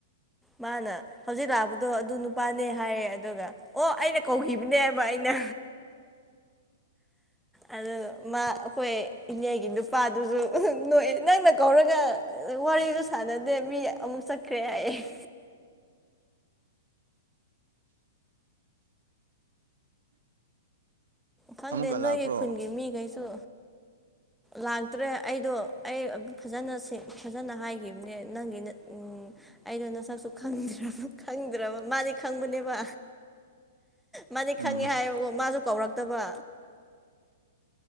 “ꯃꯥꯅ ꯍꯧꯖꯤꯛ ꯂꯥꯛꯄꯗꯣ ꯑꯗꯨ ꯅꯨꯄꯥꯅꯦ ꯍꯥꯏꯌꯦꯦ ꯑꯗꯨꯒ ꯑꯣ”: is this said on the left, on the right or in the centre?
Centre